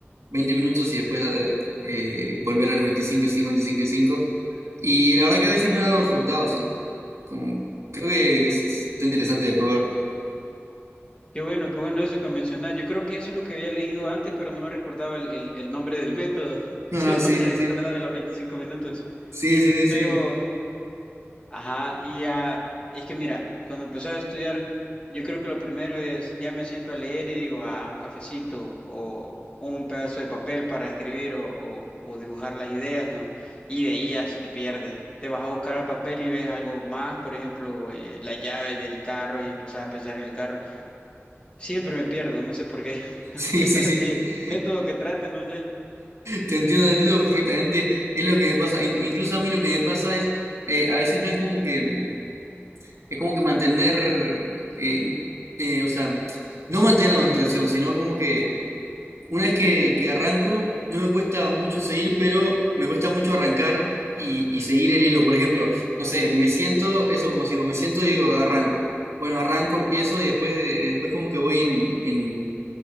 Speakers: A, on the right (about 80°); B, on the left (about 20°).
A: 20 minutos y después eh, eh, volver a los 25 y 5, 25 y cinco Y la verdad que a veces me ha dado resultados, sí. Como, creo que, que es- está interesante de probar. <laughs>
B: Qué bueno, qué bueno eso que mencionás. Yo creo que eso es lo que había leído antes, pero no me recordaba el, el- el nombre del método. <laughs>
A: Ah,
B: Solo
A: sí,
B: me recordaba
A: sí, sí.
B: de los 25 minutos.
A: Sí, sí, sí, sí.
B: Pero,
A: <laughs>
B: ajá, y ya, es que mira, cuando empezás a estudiar, yo creo que lo primero es, ya me siento a leer y digo, ah, un cafecito o un pedazo de papel para escribir o, o- o dibujar las ideas, ¿no? Y de ahí ya se te pierde. Te vas a buscar al papel y ves algo más, por ejemplo, eh, la llave del carro y empezás a pensar en el carro. Siempre me pierdo, no sé por qué. <laughs>
A: Sí,
B: Aunque
A: sí,
B: trate,
A: sí. <laughs>
B: método que trate, no sé.
A: Te entiendo, te entiendo perfectamente. Es lo que me pasa. in- Incluso a mí lo que me pasa es, eh, a veces no es como que, mm, es como que mantener, eh, eh, o sea, no mantener la concentración, sino como que Una vez que, que arranco, no me cuesta mucho seguir, pero me cuesta mucho arrancar y, y seguir el hilo. Por ejemplo, no sé, me siento, eso como si me siento y digo, arranco. Bueno, arranco, empiezo y después, y después como que voy en, en,